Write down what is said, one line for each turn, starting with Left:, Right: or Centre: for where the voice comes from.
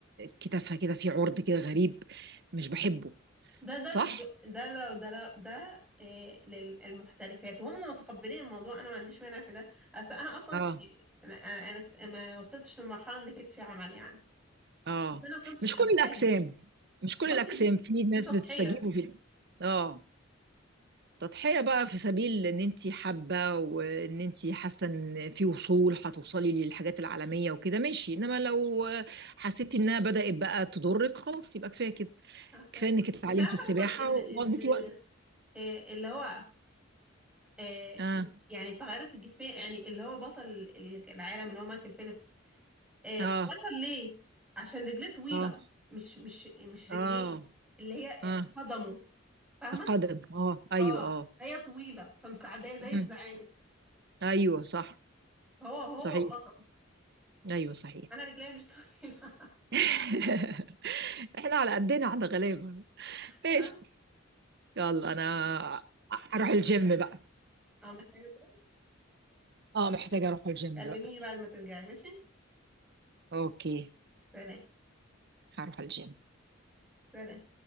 Right: كتافها كده في عرض كده غريب مش بحبه
Centre: ده ده
Right: صح
Centre: اللي ب- ده لو ده لو ده إيه للمحترفات وهم متقبلين الموضوع انا ما عنديش مانع في ده بس انا اصلا
Right: اه
Centre: انا انا أنا ما وصلتش للمرحله ان كتفي عمل يعني
Right: اه
Centre: بس انا ما كنتش
Right: مش
Centre: حباها
Right: كل الاجسام مش كل
Centre: بصي
Right: الاجسام
Centre: دي
Right: في
Centre: دي
Right: ناس
Centre: تضحيه
Right: بتستجيب وفي اه تضحية بقى في سبيل ان انتي حابة وان انتي حاسة ان في وصول هتوصلي للحاجات العالمية وكده ماشي انما لو حسيتي انها بدأت بقى تضرك خلاص يبقى كفاية كده
Centre: أوكي.
Right: كفاية انك اتعلمتي
Centre: انت عارفه
Right: السباحة
Centre: اصلا ان
Right: وقضيتي
Centre: ان
Right: وقتك
Centre: إيه اللي هو إيه
Right: اه
Centre: يعني التغيرات الجسميه يعني اللي هو بطل العالم اللي هو مايكل فيليبس آه،
Right: اه
Centre: بطل ليه عشان رجليه طويلة
Right: اه
Centre: مش مش مش رجليه
Right: اه
Centre: اللي هي
Right: اه
Centre: قدمه فاهمة
Right: القدم اه ايوه
Centre: اه
Right: اه
Centre: هي طويلة فمساعداه زي
Right: مم.
Centre: الزعانف
Right: ايوه صح
Centre: فهو هو
Right: صحيح
Centre: بطل
Right: ايوه صحيح
Centre: انا رجلي مش طويلة <laughs>
Right: <laughs> احنا على قدنا احنا غلابة ايش
Centre: اه
Right: يلا انا اروح الجيم بقى
Centre: آه، محتاجة تروح؟
Right: اه محتاجة اروح الجيم
Centre: كلميني
Right: دلوقتي
Centre: بعد ما ترجعي ماشي
Right: اوكي
Centre: سلام
Right: هروح الجيم
Centre: سلام